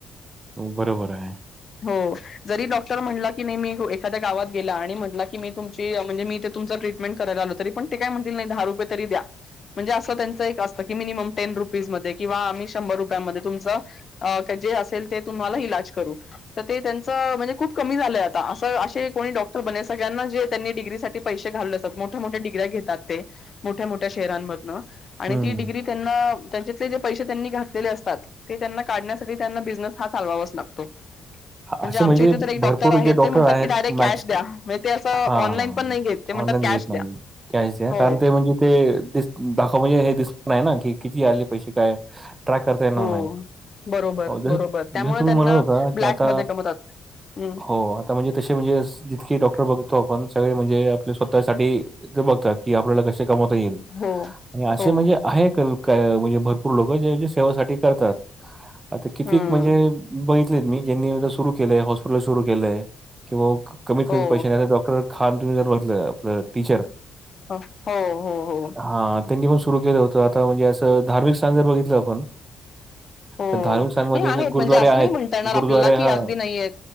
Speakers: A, on the right; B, on the left.
A: हो... बरोबर आहे.
B: हो जरी डॉक्टर म्हणटला की नाही मी एखाद्या गावात गेला आणि म्हटला की मी तुमची म्हणजे मी ते तुम ट्रिट मेट करायला आलो तरी पण ते काय म्हणतील नाही दहा रुपय तरी द्या म्हणजे असं त्यांचं एक असतं की मिनिमम टेन रुपीज मध्ये किंवा आम्ही शंभर रुपयांमध्ये तुमच अ जे असेल ते तुम्हाला इलाज करू तर ते त्यांच म्हणजे खूप कमी झालंय आता असं असे कोणी डॉक्टर बनेल सगळ्यांना जे त्यांनी डिग्रीसाठी पैसे घालवले असतात मोठ्या, मोठ्या डीग्र्या घेतात ते मोठ्या, मोठ्या शहरांमधन आणि
A: हं.
B: ती डिग्री त्यांना त्यांच्या ते जे पैसे त्यांनी घातलेले असतात ते त्यांना काढण्यासाठी त्यांना बिझनेस हा चालवावाच लागतो म्हणजे
A: असे
B: आमच्या इथे तर एक डॉक्टर
A: भरपूर
B: आहेत
A: जे डॉक्टर
B: ते म्हणतात
A: आहेत
B: की डायरेक्ट कॅश
A: मॅक्स
B: द्या म्हणजे ते असं
A: हां,
B: ऑनलाईन पण नाही घेत ते म्हणतात
A: ऑनलाईन
B: कॅश
A: घेत नाही.
B: द्या
A: कॅश द्या.
B: हो
A: कारण ते म्हणजे ते दि दाखव म्हणजे हे दिसत आहे ना कि किती आले पैसे काय ट्राय करता येणार
B: हो
A: नाही
B: बरोबर
A: जस,
B: बरोबर त्यामुळे
A: जस तुम्ही
B: त्यांना
A: म्हणत होता
B: ब्लॅक
A: ह
B: मध्ये कमवतात हम्म,
A: हो हो आता म्हणजे तसे म्हणजे जितके डॉक्टर बघतो आपण सगळे म्हणजे आपल्या स्वतःसाठी ते बघतात की आपल्याला कसे कमवता येईल
B: हो
A: आणि असे
B: हो
A: म्हणजे आहे का काय म्हणजे भरपूर लोक जे सेवासाठी करतात आता कितीक
B: हम्म
A: म्हणजे बघितलेत मी ज्यांनी सुरू केलंय हॉस्पिटल सुरू केलंय किंवा कमीत
B: हो
A: कमीत पैशा नाही डॉक्टर खान तुम्ही जर बघितलं आपलं टीचर
B: हो हो हो
A: हा त्यांनी पण सुरू केलं होत आता म्हणजे असं धार्मिक स्थान जर बघितलं आपण
B: हो
A: तर धार्मिक स्थानमध्ये
B: नाही आहेत
A: असे गुरुद्वारे
B: म्हणजे असं
A: आहेत.
B: नाही म्हणता येणार
A: गुरुद्वारे
B: आपल्याला की
A: हां,
B: अगदी नाहीयेत